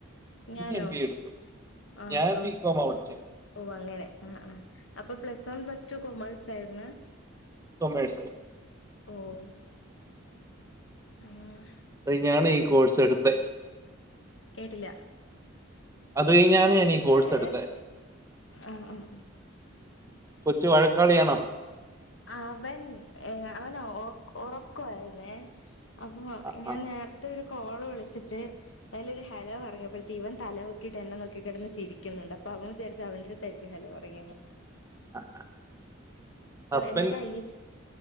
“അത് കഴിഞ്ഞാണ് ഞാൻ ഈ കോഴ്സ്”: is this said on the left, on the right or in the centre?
Right